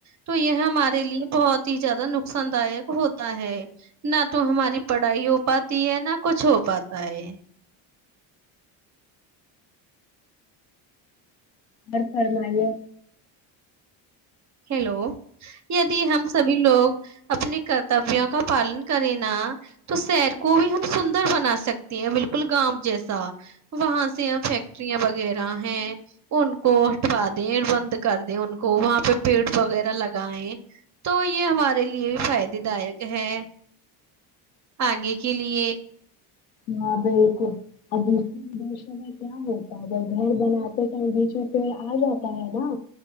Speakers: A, on the right; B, on the left.
A: تو یہ ہمارے لیے بہت ج زیاہ نقان داک ہوتا ہے نہ تو ہماری پڑھائی ہو پاتی ہے نہ کچھ ہو پاتا ہے
B: اورر فرمائیے
A: ہیلو یدی ہم سبھی لوگ اپنے کرتبیوں کا پالن کرےینا تو شہر کو بھی ہم سندر بنا سکتے ہیں بالکل گاؤ جیسا وہاں سے فیکٹریاں وغیرہ ہیں ان کو ہٹوا دیں بند کر دیں ان کو وہاں پہ پیڑ وغیرہ لگیں تو یہ ہمارے لیے بھی فائدے دائک ہے آگے کے لیے
B: ہاں بالکل اور دوسرےدشوں میں کیا ہوتا ہے جگر گھر بناتے بیچ میں پیڑ آ جاتا ہے نا